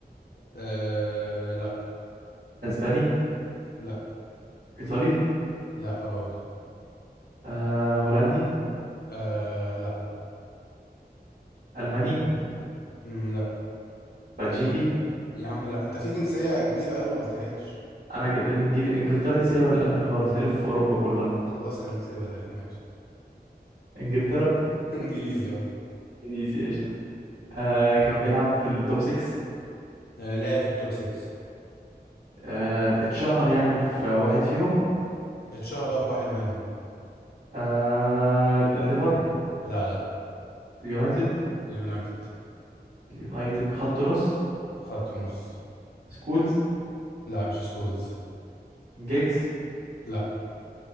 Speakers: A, on the left (about 70°); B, on the right (about 75°).
A: آه لا
B: اسباني
A: لا
B: ايطالي
A: لا برضه
B: آه هولندي
A: آه لا
B: ألماني
A: مم، لا
B: بلجيكي
A: يا عم لا انت في جنسيه كبيره قوي ما قلتهاش
B: أنا جل... الإنجل... إنجلترا دي سايبها للآخر خالص هلف في أوروبا كلها
A: خلاص خليك سايبها للاخر ماشي
B: إنجلترا
A: <laughs> انجليزي اه
B: إنجليزي قشطة آه كان بيلعب في التوب 6
A: آه، لاعب في التوب 6
B: آه اتشهر يعني في واحد فيهم
A: اتشهر في واحد منهم
B: آه الليفر
A: لا لا
B: اليونايتد
A: اليونايتد
B: اليونايتد خط نص
A: خط نص
B: سكولز
A: لا مش سكولز
B: جيجز
A: لا